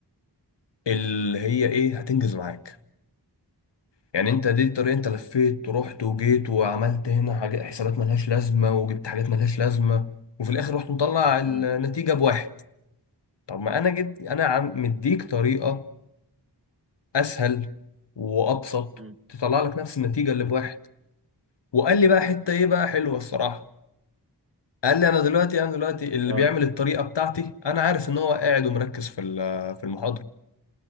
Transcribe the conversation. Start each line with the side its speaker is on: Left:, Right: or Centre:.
Left: اللي هي ايه هتنجز معاك يعني
Right: امم
Left: انت دي الطريقة انت لفيت ورحت وجيت وعملت هنا حاجات حسابات ملهاش لازمة وجبت حاجات ملهاش لازمة وفي الاخر رحت مطلع النتيجة
Right: امم
Left: بواحد طب ما انا جبت انا عم مديك طريقة اسهل وابسط
Right: امم
Left: تطلع لك نفس النتيجة اللي بواحد وقال لي بقى حتة ايه بقى حلوة الصراحة قال لي انا دلوقتي انا دلوقتي اللي
Right: اه
Left: بيعمل الطريقة بتاعتي انا عارف ان هو قاعد ومركز في ال- في المحاضرة